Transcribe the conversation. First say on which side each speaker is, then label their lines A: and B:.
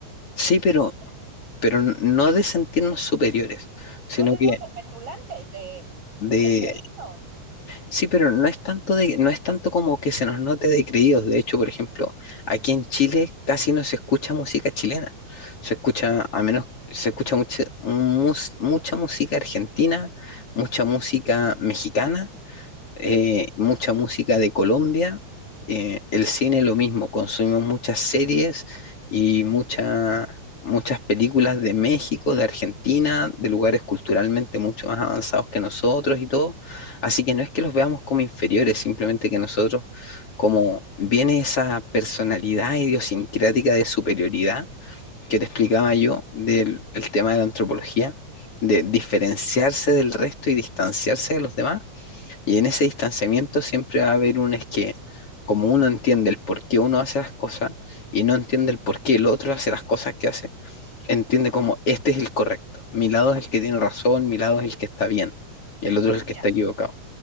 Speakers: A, on the left (about 50°); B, on the right (about 50°).
A: Sí, pero,
B: No te-
A: pero no de sentirnos superiores, sino
B: No, no, no,
A: que
B: de petulantes, de,
A: de
B: de creídos.
A: Sí, pero no es tanto de, no es tanto como que se nos note de creídos. De hecho, por ejemplo, aquí en Chile casi no se escucha música chilena. Se escucha, a menos, se escucha mucha, mus- mucha música argentina, mucha música mexicana eh, mucha música de Colombia, eh, el cine lo mismo, consumimos muchas series y mucha- muchas películas de México, de Argentina, de lugares culturalmente mucho más avanzados que nosotros y todo. Así que no es que los veamos como inferiores, simplemente que nosotros, como viene esa personalidad idiosincrática de superioridad que te explicaba yo del el tema de la antropología, de diferenciarse del resto y distanciarse de los demás y en ese distanciamiento siempre va a haber un es que, como uno entiende el por qué uno hace las cosas y no entiende el por qué el otro hace las cosas que hace, entiende como este es el correcto, mi lado es el que tiene razón, mi lado es el que está bien y el otro
B: Es que
A: es el
B: mira,
A: que está equivocado.